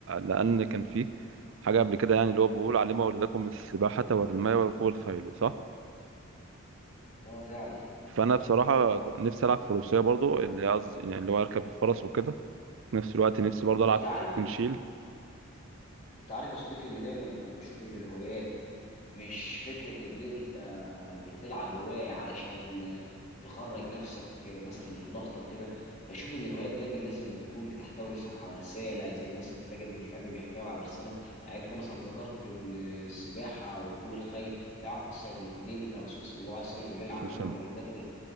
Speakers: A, on the right (about 55°); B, on the left (about 30°).
A: لان كان فيه حاجه قبل كده يعني اللي هو بيقول علموا اولادكم السباحه والرمايه وركوب الخيل صح
B: اه فعلا
A: فانا بصراحه كنت نفسي العب فروسيه برضو اللي قصدي يعني اللي هو اركب الفرس وكده في نفس الوقت نفسي برضو العب
B: انت عارف
A: تنشيل
B: انت عارف يا صديقي ان دايما انا بشوف ان الهوايات مش فكرة إن أنت بتلعب هواية علشان تخرج نفسك مثلا من ضغط أو كده بشوف إن الهوايات دايما لازم بتكون بتحتوي مثلا على رسالة زي مثلا تلاقي إن الفن بيحتوي على رسالة يعني أنت مثلا ذكرت إن السباحة وركوب الخيل تعرف أصلا إن في دين الرسول صلى الله عليه وسلم قال علموا
A: سلسلة
B: أولادكم